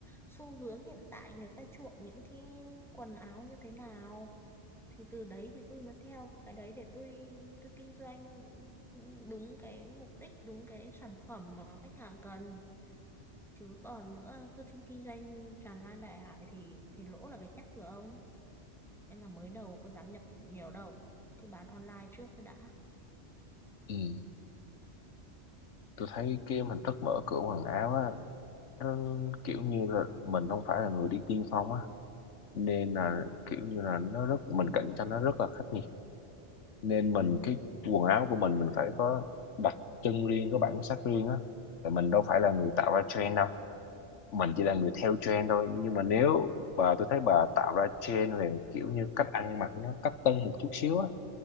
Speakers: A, in the centre; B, on the left.
A: xu hướng hiện tại người ta chuộng những cái quần áo như thế nào thì từ đấy thì tôi mới theo cái đấy để tôi tôi kinh doanh đúng cái mục đích đúng cái sản phẩm mà khách hàng cần chứ còn nữa cứ kinh doanh tràn lan đại hải thì thì lỗ là cái chắc rồi ông nên là mới đầu có dám nhập nhiều đâu cứ bán online trước cái đã
B: ừ. tôi thấy cái hình thức mở cửa quần áo á nó kiểu như là mình không phải là người đi tiên phong á nên là kiểu như là nó rất mình cạnh tranh nó rất là khắc nghiệt nên mình cái quần áo của mình mình phải có đặc trưng riêng có bản sắc riêng á tại mình đâu phải là người tạo ra trend đâu mình chỉ là người theo trend thôi nhưng mà nếu bà tôi thấy bà tạo ra trend về kiểu như cách ăn mặc nó cách tân một chút xíu á